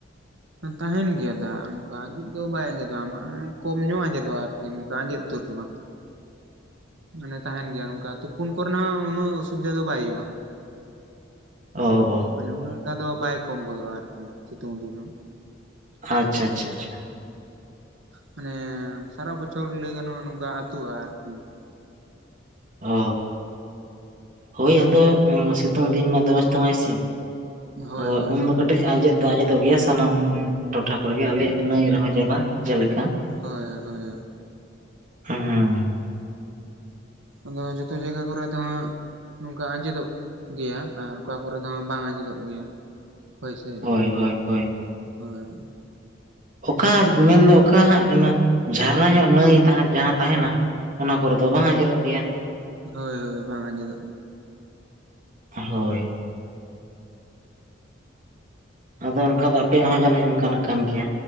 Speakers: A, on the right (about 70°); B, on the right (about 40°).
A: ᱛᱟᱦᱮᱸᱱ ᱜᱮᱭᱟ ᱫᱟᱜ ᱱᱚᱝᱠᱟ ᱟᱸᱡᱮᱫ ᱫᱚ ᱵᱟᱭ ᱟᱸᱡᱮᱫᱚᱜᱼᱟ ᱢᱟᱱᱮ ᱠᱚᱢ ᱧᱚᱜ ᱟᱸᱡᱮᱫᱚᱜᱼᱟ ᱟᱨᱠᱤ ᱱᱚᱝᱠᱟ ᱟᱸᱡᱮᱫ ᱩᱛᱟᱹᱨ ᱫᱚ ᱵᱟᱝ ᱢᱟᱱᱮ ᱛᱟᱦᱮᱱ ᱜᱮᱭᱟ ᱱᱚᱝᱠᱟ ᱛᱚ ᱛᱩᱯᱩᱱ ᱠᱚᱨᱮ ᱱᱟᱜ ᱦᱚᱸ ᱩᱱᱟᱹᱜ ᱚᱥᱩᱵᱤᱫᱷᱟ ᱫᱚ ᱵᱟᱭ ᱦᱩᱭᱩᱜ-ᱟ᱾
B: ᱚ ᱳ᱾
A: ᱢᱟᱱᱮ ᱩᱱᱟᱹᱜ ᱴᱟ ᱫᱚ ᱵᱟᱭ ᱠᱚᱢ ᱜᱚᱫᱚᱜ-ᱟ ᱟᱨ ᱠᱤ ᱥᱤᱛᱩᱝ ᱫᱤᱱ ᱦᱚᱸ᱾
B: ᱟᱪᱪᱷᱟ ᱟᱪᱷᱟ ᱟᱪᱷᱟ᱾
A: ᱢᱟᱱᱮ ᱥᱟᱨᱟ ᱵᱚᱪᱷᱚᱨ ᱞᱟᱹᱭ ᱜᱟᱱᱚᱜ-ᱟ ᱱᱚᱝᱠᱟ ᱟᱛᱩᱜ-ᱟ ᱟᱨ ᱠᱤ᱾
B: ᱦᱚ ᱦᱳᱭ ᱟᱫᱚ ᱚᱸ ᱥᱤᱛᱩᱝ ᱫᱤᱱ ᱢᱟ ᱫᱚᱢᱮ‌ ᱥᱤᱛᱩᱝ ᱟᱭ ᱥᱮ᱾
A: ᱦᱳᱭ
B: ᱚ
A: ᱦᱳᱭ
B: ᱩᱱ
A: ᱥᱤᱛᱩᱝ
B: ᱫᱚ ᱠᱟᱹᱴᱤᱡ
A: ᱛᱮ
B: ᱟᱸᱡᱮᱫ ᱫᱚ ᱟᱸᱡᱮᱫ ᱫᱚᱜ ᱜᱮᱭᱟ ᱥᱟᱱᱟᱢ ᱴᱚᱴᱷᱟ ᱠᱚᱨᱮ ᱜᱮ ᱟᱞᱮ ᱭᱟᱜ ᱱᱟᱹᱭ ᱨᱮᱦᱚᱸ ᱡᱮᱞᱟ ᱡᱮ ᱞᱮᱠᱟ᱾
A: ᱦᱚᱭ ᱦᱳᱭ ᱦᱚ᱾
B: ᱚᱸ ᱦᱮᱸ᱾
A: ᱟᱫᱚ ᱡᱚᱛᱚ ᱡᱟᱭᱜᱟ ᱠᱚᱨᱮ ᱫᱚ ᱦᱟᱸᱜ ᱱᱚᱝᱠᱟ ᱟᱸᱡᱮᱫᱚᱜ ᱜᱮᱭᱟ ᱟᱨ ᱚᱠᱟ ᱠᱚᱨᱮ ᱫᱚ ᱦᱟᱸᱜ ᱵᱟᱝ ᱟᱸᱡᱮᱫᱚᱜ ᱜᱮᱭᱟ᱾ ᱦᱚᱭ ᱥᱮ,
B: ᱦᱳᱭ ᱦᱳᱭ ᱦᱳᱭ
A: ᱦᱚᱭ᱾
B: ᱚᱠᱟ ᱢᱮᱱ ᱫᱚ ᱚᱠᱟ ᱦᱟᱸᱜ ᱮᱱᱟ ᱡᱷᱟᱨᱱᱟ ᱧᱚᱜ ᱱᱟᱹᱭ ᱛᱟᱦᱟᱸ ᱡᱟᱦᱟᱸ ᱛᱟᱦᱮᱱᱟ᱾ ᱚᱱᱟ ᱠᱚᱨᱮ ᱫᱚ ᱵᱟᱝ ᱟᱸᱡᱮᱫᱚᱜ ᱜᱮᱭᱟ᱾
A: ᱦᱚᱭ ᱦᱚᱭ ᱵᱟᱝ ᱟᱸᱡᱮᱫᱚᱜ
B: ᱦᱚᱭ᱾ ᱟᱫᱚ ᱚᱱᱠᱟ ᱫᱚ ᱟᱯ ᱯᱮ ᱭᱟᱜ ᱦᱚᱸ ᱡᱟᱱᱤᱡ ᱚᱱᱠᱟ ᱱᱟᱜ ᱠᱟᱱ ᱜᱮᱭᱟ᱾